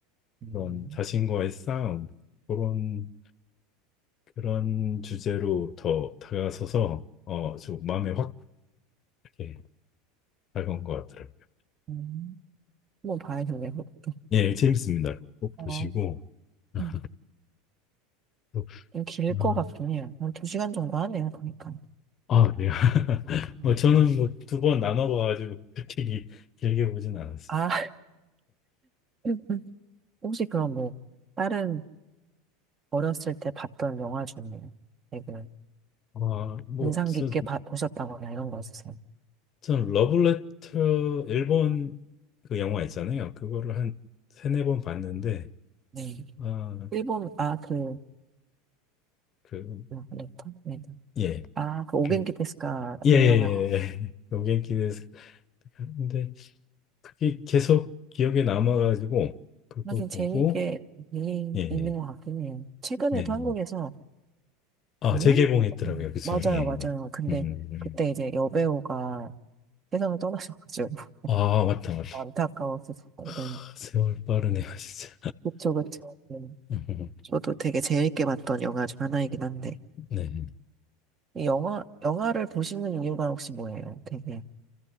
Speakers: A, on the right; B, on the left.
A: 음,
B: 그런 자신과의 싸움 그런 그런 주제로 더 다가서서 어, 좀 마음에 확 이렇게 다가온 것 같더라고요.
A: 음. 한번 봐야겠네요. 그것도.
B: 예, 재밌습니다. 꼭
A: 어,
B: 보시고. 아,
A: 음.
B: 또,
A: 좀 길
B: 음,
A: 것 같긴 해요. 한 2시간 정도 하네요, 보니까.
B: 아, 그래요. <laughs>
A: 음.
B: 뭐 저는 뭐 두 번 나눠봐가지고 그렇게 기- 길게 보진 않았어요.
A: 아, <laughs> 혹시 그럼 뭐 다른 어렸을 때 봤던 영화 중에 되게
B: 아, 뭐,
A: 인상
B: 저,
A: 깊게 봐- 보셨다거나 이런 거 있으세요?
B: 전 러브레터 일본 그 영화 있잖아요. 그거를 한 세네 번 봤는데,
A: 네.
B: 아,
A: 일본 아그
B: 그,
A: 레터? 네.
B: 예,
A: 아그 오겐키
B: 그,
A: 테스카
B: 예, 예,
A: 유명한
B: 예. 로겐키에서 <laughs> 근데 그게 계속 기억에 남아가지고 그거
A: 하긴 재미있게
B: 보고,
A: 있는
B: 예, 예.
A: 있는 것 같긴 해요. 최근에도
B: 네, 네.
A: 한국에서
B: 아,
A: 작년?
B: 재개봉했더라고요,
A: 음,
B: 그기서
A: 맞아요,
B: 예,
A: 맞아요.
B: 예.
A: 근데
B: 음, 음, 음.
A: 그때 이제 여배우가 세상을 떠나셔가지고 <laughs>
B: 아, 맞다, 맞다.
A: 안타까웠었거든요.
B: 아, 세월 빠르네요, 진짜.
A: 그쵸, 그쵸. 네.
B: <laughs> 음,
A: 저도 되게 재밌게 봤던 영화 중 하나이긴 한데.
B: 네.
A: 이 영화, 영화를 보시는 이유가 혹시 뭐예요? 되게,